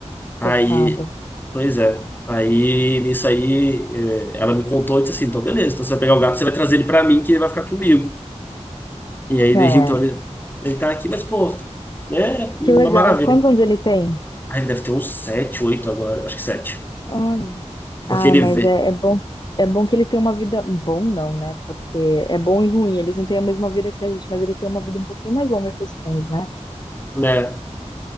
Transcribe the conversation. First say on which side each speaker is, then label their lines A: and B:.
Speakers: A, on the left; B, on the left.
A: Aí,
B: pecado.
A: pois é. Aí nisso aí eh, ela me contou e disse assim: então beleza, então você vai pegar o gato, você vai trazer ele pra mim que ele vai ficar comigo. E aí
B: É,
A: desde então ele, ele tá aqui, mas pô, é uma
B: que legal.
A: maravilha.
B: Quantos anos ele tem?
A: Aí ele deve ter uns sete, oito agora, eu acho que sete.
B: Olha.
A: Porque
B: Ai,
A: ele
B: mas
A: vê,
B: é, é bom, é bom que eles têm uma vida. Bom, não, né? Porque é bom e ruim. Eles não têm a mesma vida que a gente, mas ele tem uma vida um pouquinho mais longa que os cães, né?
A: né?